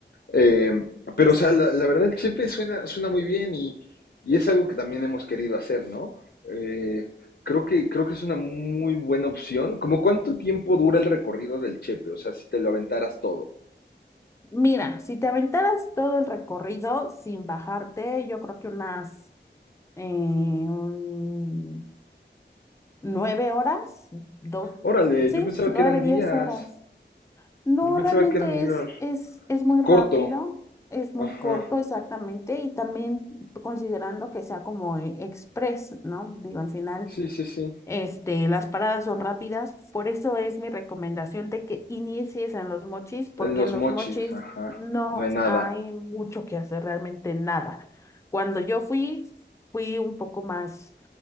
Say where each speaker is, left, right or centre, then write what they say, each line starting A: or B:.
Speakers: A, on the left; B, on the left.
A: Eh, pero,
B: Exacto.
A: o sea, la, la verdad, el chepe suena, suena muy bien y, y es algo que también hemos querido hacer, ¿no? Eh, creo que, creo que es una muy buena opción. ¿Cómo cuánto tiempo dura el recorrido del chepe? O sea, si te lo aventaras todo.
B: Mira, si te aventaras todo el recorrido sin bajarte, yo creo que unas eh, un- nueve horas, dos,
A: Órale,
B: sí,
A: yo pensaba
B: nueve,
A: que eran
B: diez
A: días.
B: horas. No,
A: Yo pensaba
B: realmente
A: que eran días.
B: es, es, es muy
A: Corto.
B: rápido, es muy
A: Ajá.
B: corto exactamente y también considerando que sea como eh, express, ¿no? Digo, al final,
A: Sí, sí, sí.
B: este, las paradas son rápidas, por eso es mi recomendación de que inicies en los mochis, porque
A: En los
B: en los
A: mochis,
B: mochis
A: ajá.
B: no
A: No hay nada.
B: hay mucho que hacer, realmente nada. Cuando yo fui, fui un poco más